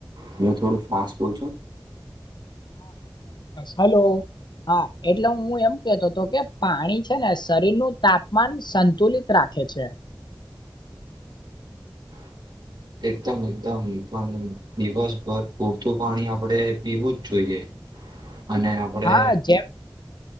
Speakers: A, on the right; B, on the left.
A: અને થોડું ફાસ્ટ બોલશો.
B: હ હલો હા એટલે હું એમ કેતો હતો કે પાણી છે ને શરીર નું તાપમાન સંતુલિત રાખે. અચ્છા.
A: <inaudible> એકદમ એકદમ પણ દિવસભર પૂરતું પાણી આપણેે પીવું જ જોઈએ.
B: <inaudible>
A: અને આપડે
B: હા જેમ